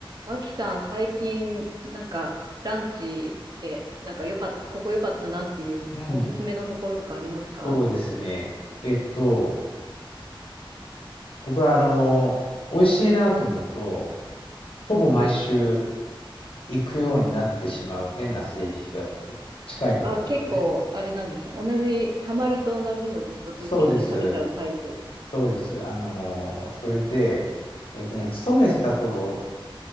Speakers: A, on the right; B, on the left.
A: アキさん、最近、なんか、ランチで、なんか良かった、ここ良かったなっていうおすすめのところとかありますか
B: うん、そうですね。えっと、僕はあの、美味しいなと思うと、ほぼ毎週行くようになってしまう変な性癖があって、近いとこだったらね。
A: あ、結構、あれなんですね。同じ、ハマると同じのずっと続けて食べちゃうタイプ。
B: そうです。そうです。あの、それで、えっとね、勤めてた頃、